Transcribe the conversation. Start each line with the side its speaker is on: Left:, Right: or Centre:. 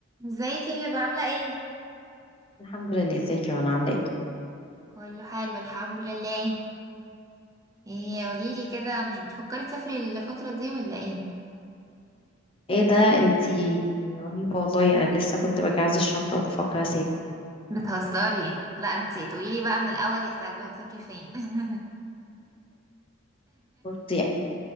Right: ازيك يا هبة عاملة ايه؟
Left: الحمد لله ازيك يا وانا عامله ايه
Right: كله حلو الحمد لله ايه قوليلي كده مش بتفكري تسافري الفترة دي ولا ايه؟
Left: ايه ده انتي رهيبه والله انا لسه كنت بجهز الشنطه وبفكر اسافر
Right: بتهزري لا انتي تقوليلي بقى من الأول يا سلوى هتسافري فين؟ <laughs>
Left: بصي يعني